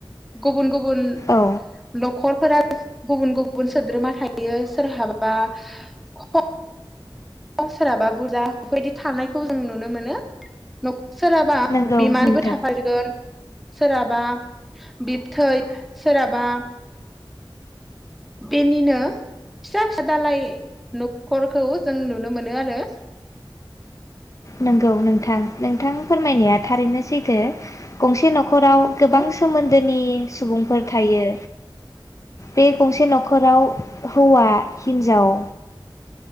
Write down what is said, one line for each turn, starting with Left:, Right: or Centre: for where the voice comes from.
Centre: गुबुन गुबुन गुबुन
Left: औ
Centre: न'खरफोरा गुबुन गुबुन सोद्रोमा थायो सोरहाबा ख खम सोरहाबा बुरजा बेफोरबायदि थानायखौ जों नुनो मोनो नख सोरहाबा
Left: नंगौ
Centre: बिमानबो
Left: नोंथां
Centre: थाफागोन। सोरहाबा बिबथै सोरहाबा बेनिनो फिसा फिसा दालाय न'खरखौ जों नुनो मोनो आरो। <inaudible>
Left: नंगौ नोंथां नोंथां फोरमायनाया थारैनो सैथो गंसे न'ख खराव गोबां
Centre: औ
Left: सोमोन्दो नि सुबुंफोर थायो बे गंसे न'खराव हौवा हिन्जाव